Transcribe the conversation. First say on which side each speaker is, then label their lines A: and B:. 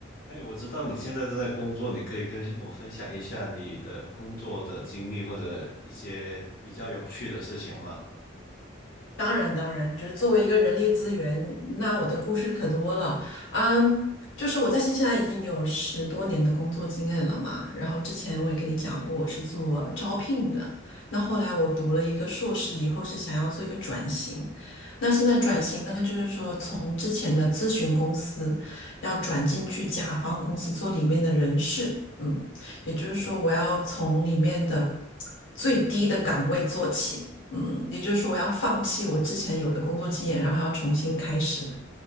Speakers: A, on the left; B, on the left.
A: 哎，我知道你现在正在工作，你可以跟我分享一下你的工作的经历或者一些比较有趣的事情吗？
B: 当然，当然，就是作为一个人力资源，那我的故事可多了。嗯，就是我在新西兰已经有十多年的工作经验了嘛。然后之前我也跟你讲过，我是做招聘的。那后来我读了一个硕士以后，是想要做一个转型。那现在转型呢，就是说从之前的咨询公司要转进去甲方公司做里面的人事，嗯，也就是说我要从里面的
A: 我，
B: 最低的岗位做起，嗯，也就是说我要放弃我之前有的工作经验，然后要重新开始。